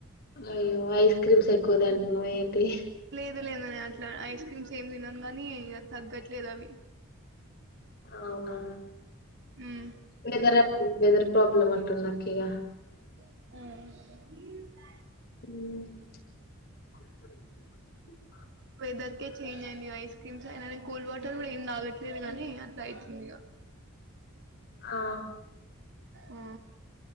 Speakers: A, on the left; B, on the right.
A: అయ్యో ఐస్ క్రీమ్స్ ఎక్కువ తిండ్. నువ్వేంటి.
B: తిన లేదు అట్లా ఐస్ క్రీమ్స్ ఏం తినను కానీ తగ్గట్లేదు అవి.
A: అవునా
B: ఉమ్
A: నిదరోత్తంద్ వెదర్ ప్రాబ్లమ్ అట్టునాట్. కేయా
B: హ్మ్
A: మ్మ్
B: వెదర్ కి చేంజ్ అయింది వయి <unintelligible> కూల్ వాటర్ కూడా ఏం తాగట్లేదు గానీ అట్లా అయితంది ఇగ
A: ఆ
B: ఆ